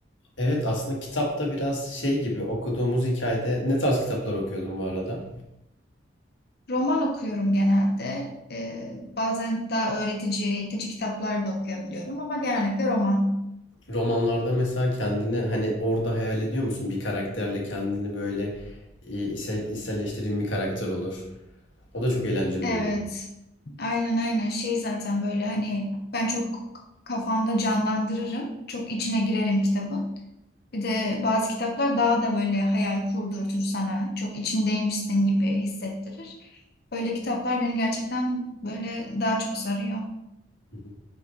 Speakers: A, on the left; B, on the left.
A: Evet aslında kitapta biraz şey gibi okuduğumuz hikayede ne tarz kitaplar okuyordun bu arada?
B: Roman okuyorum genelde. E, bazen daha öğretici, eğitici kitaplar da okuyabiliyorum ama genellikle roman.
A: Romanlarda mesela kendini hani orada hayal ediyor musun? Bir karakterle kendini böyle e, içsel, içselleştirdiğin bir karakter olur. O da çok eğlenceli
B: Evet.
A: olur.
B: Aynen aynen. Şey zaten böyle hani ben çok kafamda canlandırırım. Çok içine girerim kitabın. Bir de bazı kitaplar daha da böyle hayal kurdurtur sana. Çok içindeymişsin gibi hissettirir. Öyle kitaplar beni gerçekten böyle daha çok sarıyor. <clears throat>
A: Hı hı.